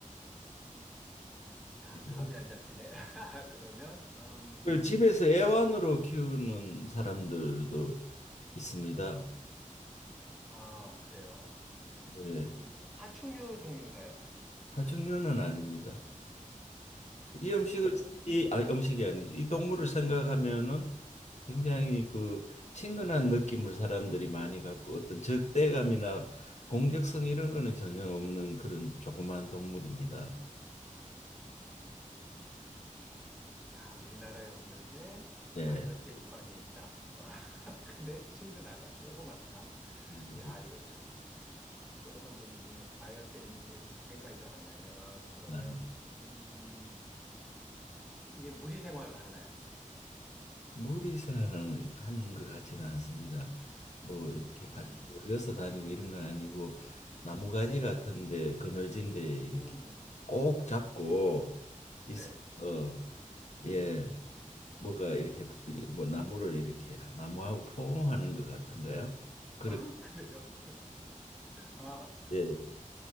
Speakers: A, in the centre; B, on the left.
A: 야,
B: 예.
A: 감이 안 잡히네. <laughs> 그러면, 음,
B: 그 집에서 애완으로 키우는 사람들도 있습니다.
A: 아, 그래요.
B: 네,
A: 이 파충류 종류인가요?
B: 파충류는 아닙니다. 이 음식을
A: 그러면,
B: 이 아, 음식이 아니죠. 이 동물을 생각하면은 굉장히 그 친근한 느낌을 사람들이 많이 갖고 어떤 적대감이나 공격성 이런 거는 전혀 없는 그런 조그만 동물입니다.
A: 자, 우리나라에 없는데
B: 네.
A: 아열대 지방에 있다. <laughs> 근데 친근하다. 조그맣다.
B: 음,
A: 야, 이거 참. 아, 조그만 동물 중에 아열대 있는 게 생각이 잘 안 나네요. 아, 그러면,
B: 나
A: 음, 이게 무리 생활을 하나요?
B: 무리 생활은 하는 것 같지는 않습니다. 뭐 이렇게 같이
A: 음,
B: 몰려서 다니고 이런 건 아니고 나무가지 같은데 그늘진데 이렇게
A: 음,
B: 꼭 잡고 있어.
A: 네.
B: 어, 예, 뭐가 이렇게 이게 뭐 나무를 이렇게 나무하고 포옹하는 것 같은가요? 그렇게
A: <laughs> 그래요? 아,
B: 예